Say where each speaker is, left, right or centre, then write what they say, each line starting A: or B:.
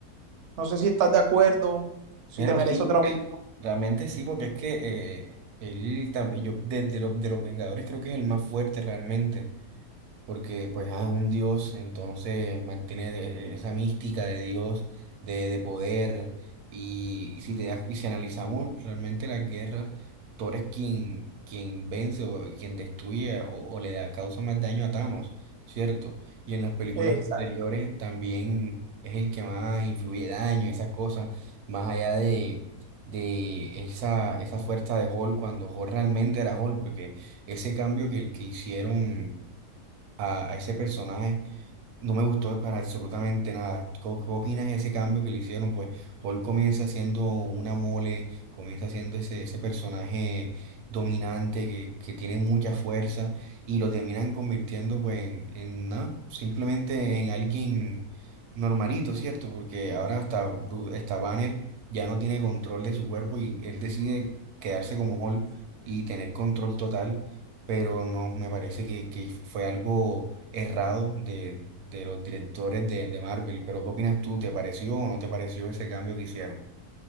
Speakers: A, on the right; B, on the right.
A: No sé si estás de acuerdo, si
B: Bueno,
A: te merece
B: sí,
A: otra opinión.
B: realmente sí, porque es que eh, él tam- yo de, de, los de los Vengadores creo que es el más fuerte realmente. porque pues ah, es un Dios, entonces mantiene de- esa mística de Dios, de, de poder, y, y si te, das- y si analizamos realmente las guerras, Thor es quien, quien vence o quien destruye o, o le da, causa más daño a Thanos, ¿cierto? Y en las películas
A: Exacto.
B: Sí. anteriores también es el que más influye daño, esas cosas, más allá de... de esa, esa fuerza de Hulk cuando Hulk realmente era Hulk, porque ese cambio que, que hicieron a, a ese personaje. No me gustó para absolutamente nada. ¿Qué, qué opinas de ese cambio que le hicieron? Pues Hulk comienza siendo una mole, comienza siendo ese, ese personaje dominante que, que tiene mucha fuerza y lo terminan convirtiendo pues en, en nada, simplemente en alguien normalito, ¿cierto? Porque ahora hasta, Bru- hasta Banner ya no tiene control de su cuerpo y él decide quedarse como Hulk y tener control total pero no, me parece que, que fue algo errado de, de los directores de, de Marvel. Pero ¿qué opinas tú? ¿Te pareció o no te pareció ese cambio que hicieron?